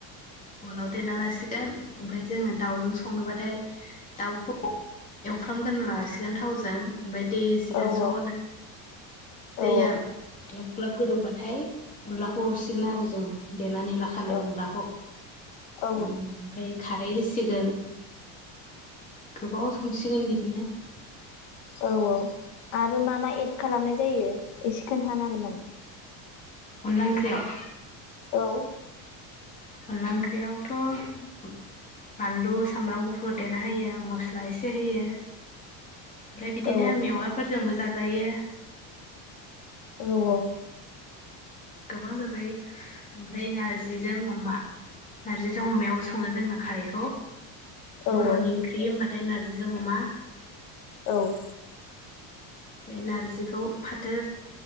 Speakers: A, on the left (about 20°); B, on the left (about 85°).
A: उवालाव देरना लासिगोन ओमफाय जोङो दाउजों संनोबाथाय दाउखौ एवफ्रामगोन लासिगोन थावजों ओमफ्राय दै होसिगोन
B: औ
A: स'नो
B: औ
A: दैया ग्लब गोदौबाथाय अनलाखौ हरसिगोन आरो जों देनानै लाखानाय
B: औ
A: अनलाखौ
B: औ
A: ओम ओमफ्राय खारै होसिगोन। <unintelligible>
B: औ औ। आरो मा मा एड खालामनाय जायो एसे खोन्थानो हागोन नामा?
A: अनलाख्रियाव?
B: औ
A: अनला ओंख्रियावथ' बानलु सामब्राम गुफुर देना होयो मस्ला एसे होयो। ओमफ्राय बिदिनो
B: औ
A: मेवाफोरजोंबो ज जायो।
B: औ औ
A: गोबां जाजायो ओमफ्राय नार्जिजों अमा नार्जिजों अमायावबो सङो जोंना खारैखौ
B: औ ओं
A: बर'नि क्रि बाथ नाथाय नार्जिजों अमा
B: औ
A: बे नारजिखौ फाथो